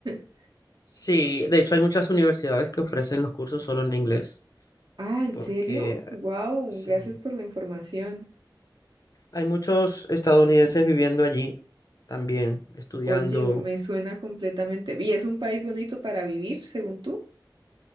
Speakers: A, on the right; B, on the left.
A: <laughs>
B: sí, de hecho hay muchas universidades que ofrecen los cursos solo en inglés,
A: Ah, ¿en
B: porque
A: serio?
B: eh,
A: Wow,
B: sí,
A: gracias por la información.
B: hay muchos estadounidenses viviendo allí también, estudiando.
A: Oye, me suena completamente. ¿Y es un país bonito para vivir, según tú?